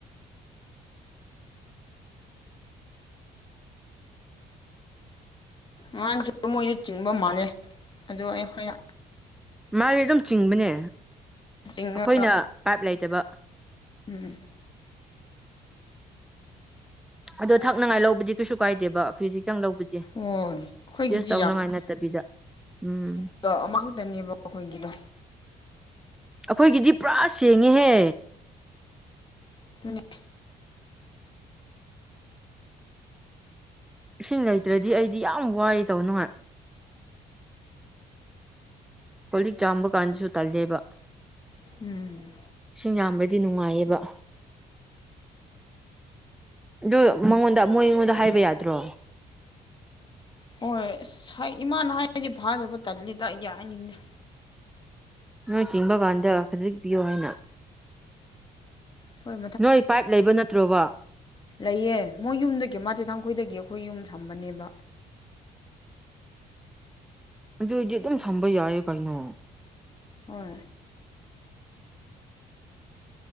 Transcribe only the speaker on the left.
ꯉꯥꯡꯁꯨ ꯃꯣꯏꯗ ꯆꯤꯡꯕ ꯃꯥꯜꯂꯦ ꯑꯗꯨ ꯑꯩꯍꯣꯏꯅ
ꯆꯤꯡꯉꯒ
ꯎꯝ
ꯍꯣꯏ ꯑꯩꯈꯣꯏꯒꯤꯗꯤ
ꯑꯗꯣ ꯑꯃꯈꯛꯇꯅꯦꯕ ꯑꯩꯈꯣꯏꯒꯤꯗꯣ
ꯑꯗꯨꯅꯦ
ꯎꯝ
ꯍꯣꯏ ꯏꯃꯥꯅ ꯍꯥꯏꯔꯗꯤ ꯐꯥꯗꯕ ꯇꯜꯂꯤꯗ ꯑꯩꯗꯤ ꯍꯥꯏꯅꯤꯡꯗꯦ
ꯍꯣꯏ
ꯂꯩꯑ ꯃꯣꯏ ꯌꯨꯝꯗꯒꯤ ꯃꯥꯊꯣꯏꯊꯥꯡꯈꯣꯏꯗꯒꯤ ꯑꯩꯈꯣꯏ ꯌꯨꯝ ꯊꯝꯕꯅꯦꯕ
ꯍꯣꯏ